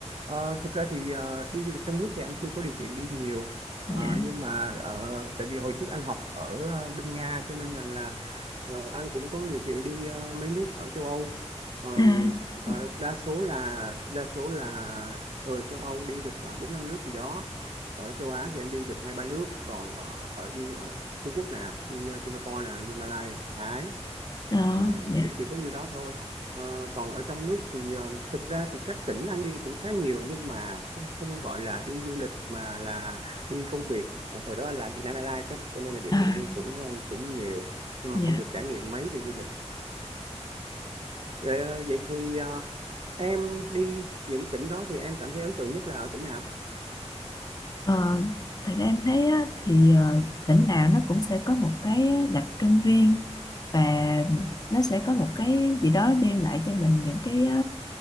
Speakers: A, on the right (about 55°); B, on the left (about 35°).
A: ờ, thực ra thì ờ, đi du lịch trong nước thì anh chưa có điều kiện đi nhiều Ờ,
B: dạ
A: nhưng mà ờ, tại vì hồi trước anh học ở ờ, bên Nga cho nên là, là ờ, anh cũng có điều kiện đi ờ, mấy nước ở châu Âu Ờm,
B: à,
A: ờ,
B: dạ
A: đa số là đa số là ở châu Âu đi được ờ, bốn năm nước gì đó ở châu Á thì anh đi được hai ba nước còn ờ, ở đi ờ, Trung Quốc nè đi ờ, Singapore nè đi Malaysia Thái
B: Ờ,
A: Ờ,
B: dạ
A: cũng chỉ có nhiêu đó thôi Ờ, còn ở trong nước thì ờ, thực ra thì các tỉnh anh đi cũng khá nhiều nhưng mà không không gọi là đi du lịch mà là đi công việc Ờ, hồi đó anh làm Vietnam Airlines á, cho nên là điều
B: à,
A: kiện đi cũng ờ, cũng nhiều nhưng
B: dạ
A: mà không được trải nghiệm mấy về du lịch Ờ, vậy thì ờ, em đi những tỉnh đó thì em cảm thấy ấn tượng nhất là ở tỉnh nào
B: Ờ, thật ra em thấy á, thì ờ, tỉnh nào nó cũng sẽ có một cái đặc trưng riêng và nó sẽ có một cái gì đó đem lại cho mình những cái ờ,